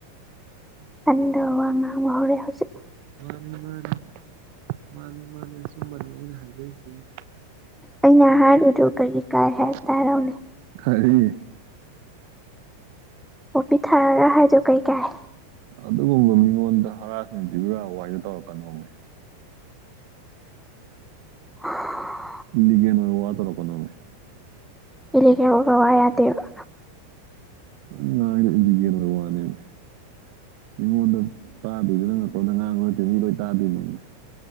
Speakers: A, in the centre; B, on the right.
A: ꯇꯥꯅꯤꯡꯗꯕ ꯋꯥ ꯉꯥꯡꯕ ꯍꯧꯔꯦ ꯍꯧꯖꯤꯛ
B: ꯃꯥꯅꯤ ꯃꯥꯅꯤ ꯃꯥꯅꯤ ꯃꯥꯅꯤ ꯑꯆꯨꯝꯕꯅꯤ ꯑꯩꯅ ꯍꯥꯏꯖꯔꯤꯁꯦ
A: ꯑꯩꯅ ꯍꯥꯏꯔꯨꯏꯗꯨ ꯀꯔꯤ ꯀꯥꯏ ꯍꯥꯏꯕꯇ
B: <unintelligible>
A: ꯍꯥꯏꯔꯛꯎꯅꯦ
B: ꯈꯔꯤ
A: ꯄꯣꯄꯤ ꯊꯥꯔꯒ ꯍꯥꯏꯗꯨ ꯀꯩꯀꯥꯏ
B: ꯑꯗꯨꯒꯨꯝꯕ ꯃꯤꯉꯣꯟꯗ ꯍꯔꯥꯁꯃꯦꯟ ꯄꯤꯕ ꯌꯥꯕ ꯋꯥꯔꯤꯗꯣ ꯇꯧꯔꯛꯀꯅꯣꯃꯦ
A: <unintelligible>
B: ꯂꯤꯒꯦꯟ ꯑꯣꯢꯕ ꯋꯥ ꯇꯧꯔꯛꯀꯀꯣꯃꯦ
A: ꯏꯜꯂꯤꯒꯦꯜ ꯑꯣꯢꯕ ꯋꯥ ꯌꯥꯗꯦꯕ
B: ꯅꯪꯅ ꯉꯥꯡꯉꯤꯁꯦ ꯏꯜꯂꯤꯒꯦꯜ ꯑꯣꯢꯕ ꯋꯥꯅꯦꯃꯦ ꯃꯤꯉꯣꯟꯗ ꯇꯥꯗꯣꯏꯁꯦ ꯅꯪ ꯅꯇꯣꯝꯗ ꯉꯥꯡꯕ ꯅꯠꯇꯦ ꯃꯤ ꯂꯣꯏ ꯇꯥꯗꯣꯏꯅꯦꯃꯦ